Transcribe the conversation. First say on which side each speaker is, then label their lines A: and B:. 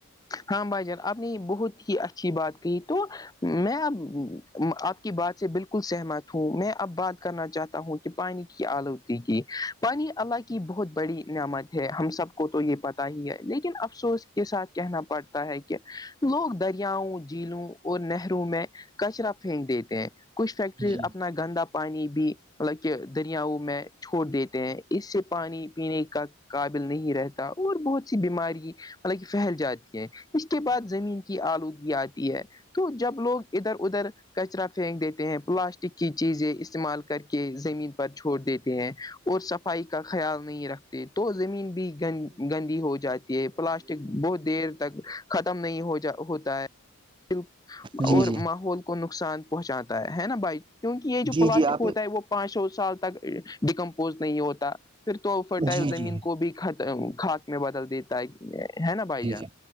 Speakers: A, on the left; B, on the right.
A: ہاں بھائی جان آپ نے یہ بہت ہی اچھی بات کہ تو میں اب آپ کی بات سے بالکل سہمت ہوں میں اب بات کرنا چاہتا ہوں کہ پانی کی آلودگی کی پانی اللہ کی بہت بڑی نعمت ہے ہم سب کو تو یہ پتا ہی ہے لیکن افسوس کے ساتھ کہنا پڑتا ہے کہ لوگ دریاؤں جھیلوں اور نہروں میں کچرا پھینک دیتے ہیں کچھ فیکٹریز
B: جی
A: اپنا گندا پانی بھی مطلب کہ دریاؤ میں چھوڑ دیتے ہیں اس سے پانی پینے کا قابل نہیں رہتا اور بہت سی بیماری مطلب پھیل جاتی ہے اس کے بعد زمین کی آلودگی آتی ہے تو جب لوگ ادھر ادھر کچرا پھینک دیتے ہیں پلاسٹک کی چیزیں استعمال کر کے کے زمین پر چھوڑ دیتے ہیں اور صفائی کا خیال نہیں رکھتے تو زمین بھی گ گندی ہو جاتی ہے پلاسٹ بہت دیر تک ختم نہیں ہو جا ہوتا ہے
B: جی
A: اور
B: جی
A: ماحول کو نقصان پہنچاتا ہے نا بائک کیونکہ یہ جو
B: جی
A: پلاسٹک
B: جی آپ
A: ہوتا
B: نے
A: ہے وہ پانچ سو سال تک ڈیکمپوز نہیں ہوتا پھر تو فرٹائل
B: جی
A: زمین
B: جی
A: کو بھی خاک میں بدل دیتا ہے ہے نا بھائی
B: جی
A: جان
B: جی